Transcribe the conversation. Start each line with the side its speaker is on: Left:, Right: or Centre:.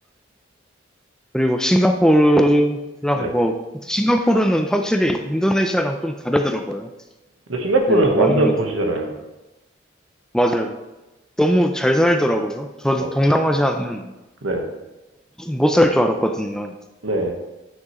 Centre: 그리고 싱가포르랑
Right: 네.
Centre: 뭐, 싱가포르는 확실히 인도네시아랑 좀 다르더라고요.
Right: 근데 싱가포르는
Centre: 네,
Right: 완전
Centre: 아무래도.
Right: 도시잖아요.
Centre: 맞아요. 너무 잘 살더라고요. 저도
Right: 맞죠.
Centre: 동남아시아는
Right: 네.
Centre: 못 살 줄 알았거든요.
Right: 네,